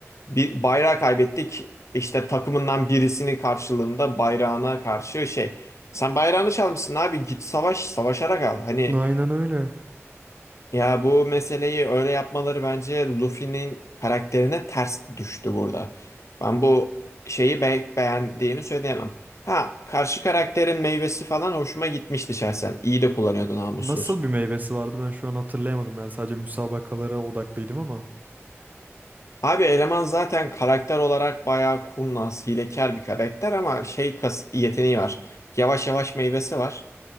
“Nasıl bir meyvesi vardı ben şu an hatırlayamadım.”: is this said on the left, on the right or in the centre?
Right